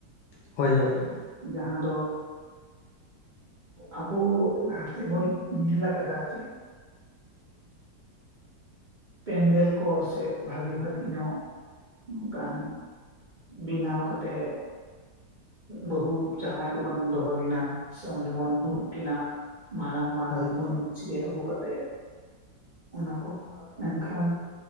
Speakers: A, on the left; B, on the right.
A: ᱦᱳᱭ ᱦᱳᱭ᱾
B: ᱡᱟᱦᱟᱸ ᱫᱚ ᱟᱵᱚ ᱞᱟᱦᱟᱛᱮ ᱵᱚᱰᱱ ᱧᱮᱞ ᱟᱠᱟᱫᱟ ᱡᱮ ᱯᱮᱱᱰᱮᱞ ᱠᱚ ᱥᱮ ᱵᱷᱟᱜᱤ ᱵᱷᱟᱹᱜᱤ ᱧᱚᱜ ᱱᱚᱝᱠᱟᱱ ᱵᱮᱱᱟᱣ ᱠᱟᱛᱮᱫ ᱵᱟᱹᱦᱩ ᱡᱟᱣᱸᱟᱭ ᱠᱚᱵᱚᱱ ᱫᱚᱦᱚᱠᱤᱱᱟ ᱥᱮ ᱚᱸᱰᱮ ᱵᱚᱱ ᱫᱩᱲᱩᱵ ᱠᱱᱟ, ᱢᱟᱲᱟᱝ ᱢᱟᱨᱟᱝ
A: ᱦᱳᱭ
B: ᱢᱟᱹᱱ ᱪᱤᱨᱟᱹᱭ ᱟᱹᱜᱩ ᱠᱟᱛᱮᱫ ᱚᱱᱟ ᱠᱚ ᱢᱮᱱᱠᱷᱟᱱ